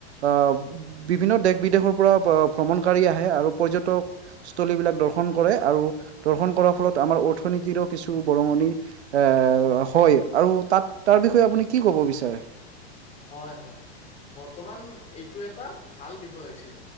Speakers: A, on the right; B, on the left.
A: আহ বিভিন্ন দেশ বিদেশৰ পৰা প- ভ্ৰমণকাৰী আহে আৰু পৰ্যটক স্থলীবিলাক দৰ্শন কৰে। আৰু দৰ্শন কৰাৰ ফলত আমাৰ অৰ্থনীতিৰো কিছু বৰঙণি এ', হয়। আৰু তাত তাৰ বিষয়ে আপুনি কি ক'ব বিচাৰে?
B: হয়, হয়। বৰ্তমান এইটো এটা ভাল বিষয় হৈছে।